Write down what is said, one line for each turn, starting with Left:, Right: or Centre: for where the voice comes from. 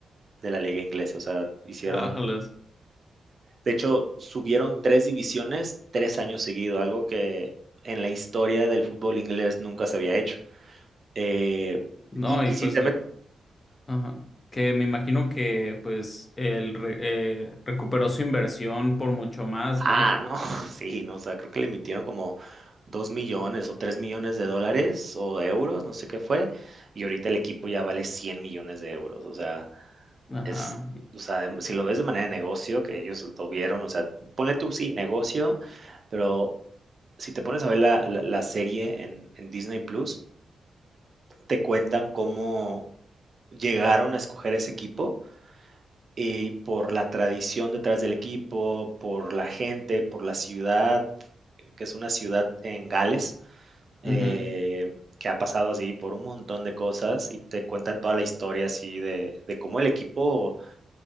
Right: de la liga inglesa. O sea, hicieron
Left: Ájales.
Right: de hecho, subieron 3 divisiones 3 años seguidos, algo que en la historia del fútbol inglés nunca se había hecho. Eh,
Left: No,
Right: y
Left: y
Right: y
Left: pues,
Right: si te metes
Left: ajá, que me imagino que pues él re- eh, recuperó su inversión por mucho más,
Right: Ah,
Left: ¿no?
Right: no, <laughs> sí, no, o sea, creo que le emitieron como 2 millones o 3 millones de dólares o euros, no sé qué fue, y ahorita el equipo ya vale 100 millones de euros. O sea,
Left: Ajá.
Right: es o sea, em, si lo ves de manera de negocio, que ellos lo vieron, o sea, ponle tú, sí, negocio, pero si te pones a ver la la la serie en en Disney Plus, te cuentan cómo llegaron a escoger ese equipo Y por la tradición detrás del equipo, por la gente, por la ciudad, eh, que es una ciudad en Gales, eh,
Left: Ujú.
Right: que ha pasado así por un montón de cosas y te cuentan toda la historia así de, de cómo el equipo,